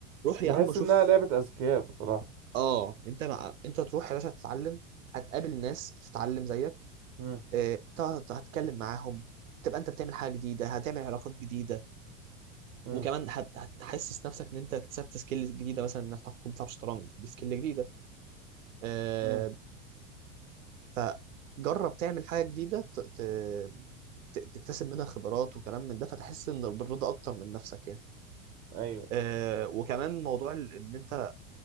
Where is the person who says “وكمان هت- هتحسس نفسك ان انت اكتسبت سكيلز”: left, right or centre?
Right